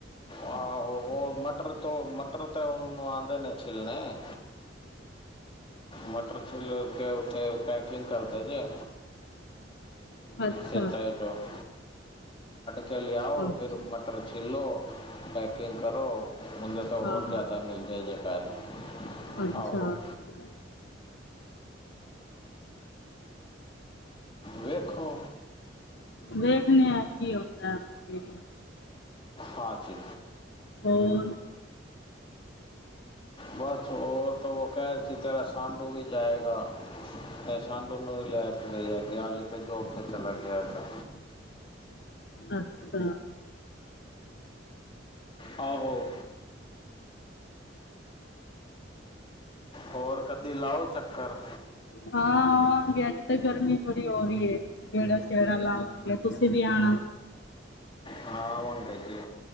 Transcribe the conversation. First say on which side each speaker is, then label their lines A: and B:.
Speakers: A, on the left; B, on the left.
A: ਆਹੋ ਉਹ ਮਟਰ ਤੋਂ ਮਟਰ ਉਹਨੂੰ ਆਂਦੇ ਨੇ ਛਿੱਲਨੇ। ਮਟਰ ਛਿੱਲ ਕੇ ਉੱਥੇ ਪੈਕਿੰਗ ਕਰਦੇ ਜੇ,
B: ਅੱਛਾ
A: ਤੇ ਦੋ <inaudible> ਕੇ ਲਿਆਓ,
B: ਅੱਛਾ ਅੱਛਾ
A: ਫਿਰ ਮਟਰ ਛਿੱਲੋ, ਪੈਕਿੰਗ ਕਰੋ। ਮ ਤੇ ਹੋਰ
B: ਹਾਂ
A: ਜ਼ਿਆਦਾ ਮਿਲ਼ਦੇ ਜੇ ਪੈਹੈ,
B: ਅੱਛਾ
A: ਆਹੋ।
B: ਅੱਛਾ
A: ਵੇਖੋ।
B: ਵੇਖਣੇ ਆ ਕੀ ਹੁੰਦਾ ਅੱਗੇ।
A: ਹਾਂਜੀ।
B: ਹੋਰ?
A: ਬਸ ਹੋਰ ਤਾਂ ਉਹ ਕਹਿ ਰਹੀ ਸੀ ਤੇਰਾ ਸਾਂਢੂ ਵੀ ਜਾਏਗਾ। ਇਹ ਸਾਢੂ ਵੀ ਲੈ ਕੇ ਗਈ ਹੈਗੀ, ਹਾਲੇ ਤੇ ਜੋਬ ਤੇ ਚਲਾ ਗਿਆ ਹੈਗਾ।
B: ਅੱਛਾ।
A: ਆਹੋ। ਹੋਰ ਕਦੇ ਲਾਓ ਚੱਕਰ।
B: ਹਾਂ, ਆਵਾਂਗੇ, ਅੱਜ ਤੇ ਗਰਮੀ ਬੜੀ ਹੋ ਰਹੀ ਏ। ਗੇੜਾ- ਸ਼ੇੜਾ ਲਾਵਾਂਗੇ। ਤੁਸੀਂ ਵੀ ਆਣਾ?
A: ਹਾਂ ਆਵਾਂਗੇ ਜੀ।